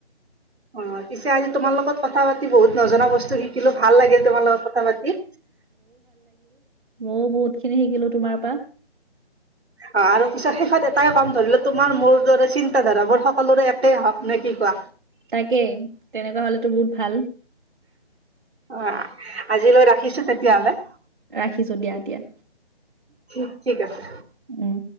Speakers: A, on the right; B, on the right.
A: অ', পিছে আজি তোমাৰ লগত কথা পাতি বহুত নজনা বস্তু শিকিলোঁ, ভাল লাগিল তোমাৰ লগত কথা পাতি।
B: ময়ো বহুতখিনি শিকিলোঁ তোমাৰ পা
A: অ', আৰু পিছত শেষত এটাই কম ধৰি ল' তোমাৰ, মোৰ দৰে চিন্তা ধাৰাবোৰ সকলোৰে একেই হওঁক নে, কি কোৱা?
B: তাকেই, তেনেকুৱা হ'লেতো বহুত ভাল।
A: অ', আজিলৈ ৰাখিছোঁ তেতিয়াহ'লে।
B: ৰাখিছোঁ দিয়া, দিয়া।
A: ঠিক, ঠিক আছে।
B: উম।